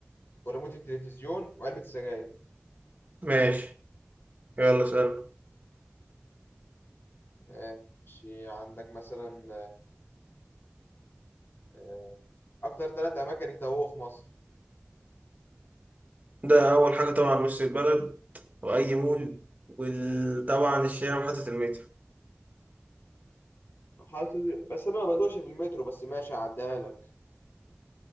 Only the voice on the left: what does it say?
وريموت التلفزيون وعلبة السجاير
ماشي عندك مثلا آه، أكتر ثلاث أماكن التهوه في مصر
حالة بس أنا ما بتوهش في المترو بس ماشي هعديها لك